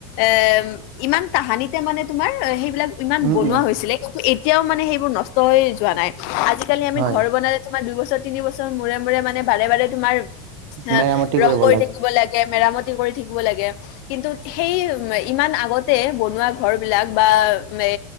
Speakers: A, on the left; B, on the right.
A: এ ইমান তাহানিতে মানে তোমাৰ সেইবিলাক ইমান
B: উম
A: বনোৱা
B: উম
A: হৈছিলে ত এতিয়াও মানে সেইবোৰ নষ্ট হৈ যোৱা নাই আজিকালি আমি
B: হয়
A: ঘৰ বনাই তোমাৰ দুইবছৰ তিনি বছৰ মূৰে মূৰে মানে বাৰে বাৰে তোমাৰ হ
B: মেৰামতি
A: ৰং
B: কৰিব
A: কৰি থাকিব লাগে মেৰামতি কৰি থাকিব লাগে কিন্তু সেই ইমান আগতে বনোৱা ঘৰ বিলাক বা এ